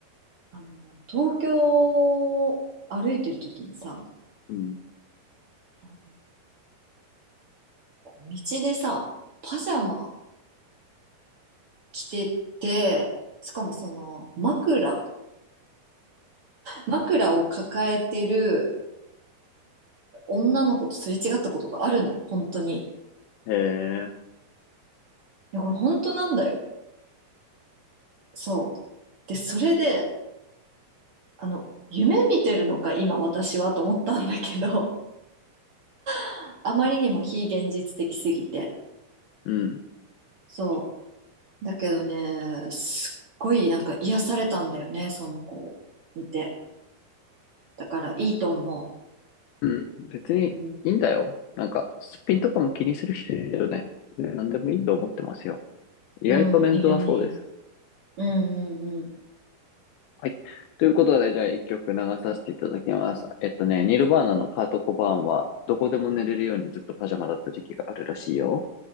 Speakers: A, on the right; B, on the left.
A: あの、東京を歩いてる時にさ、
B: うん。
A: あの、こう道でさ、パジャマ着てて、しかもその枕枕を抱えてる女の子とすれ違ったことがあるの、本当に。い
B: へえ、
A: や、これ本当なんだよ。そう。で、それで、あの、夢見てるのか、今私はと思ったんだけど、<laughs> あまりにも非現実的すぎて。
B: うん、
A: そう。だけどね、すっごいなんか癒されたんだよね、その子を見て。だからいいと思
B: うん。別にいいんだよ。
A: う。うん。
B: なんか、すっぴんとかも気にする人いるよね。うん何でもいいと思ってますよ。意外とメンズはそうです。
A: うん、いるね。うんうんう
B: はい。ということで、じゃあ一曲流させていただきます。えっとね、ニルバーナのカート・コバーンは、どこでも寝れるようにずっとパジャマだった時期があるらしいよ。